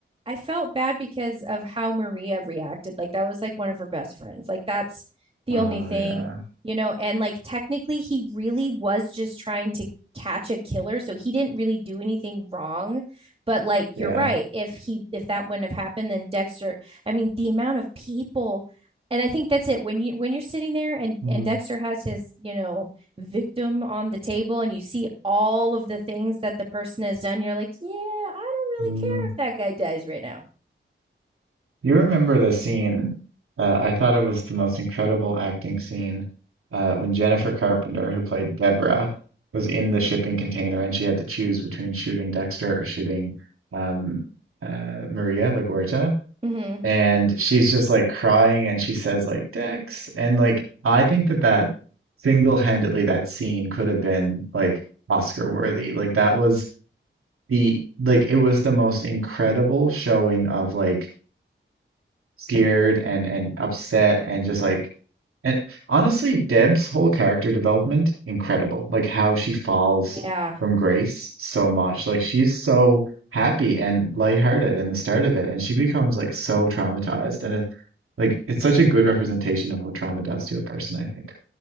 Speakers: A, on the right (about 25°); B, on the right (about 90°).
A: I felt bad because of how Maria reacted. Like that was like one of her best friends. Like that's the
B: Oh
A: only thing,
B: yeah,
A: you know, and like technically he really was just trying to catch a killer, so he didn't really do anything wrong. But like
B: yeah.
A: you're right, if he if that wouldn't have happened then Dexter, I mean the amount of people and I think that's it when you when you're sitting there and
B: Mm,
A: and Dexter has his, you know, victim on the table and you see all of the things that the person has done, you're like, yeah, I don't really
B: mm.
A: care if that guy dies right now.
B: You remember the scene? Uh, I thought it was the most incredible acting scene uh, when Jennifer Carpenter, who played Deborah, was in the shipping container and she had to choose between shooting Dexter or shooting um, uh, Maria LaGuardia.
A: hmm
B: and she's just like crying and she says like Dex and like I think that that single-handedly that scene could have been like Oscar worthy like that was the like it was the most incredible showing of like scared and and upset and just like and honestly Deb's whole character development incredible like how she falls
A: Yeah,
B: from grace so much like she's so happy and lighthearted in the start of it and she becomes like so traumatized and like it's such a good representation of what trauma does to a person, I think.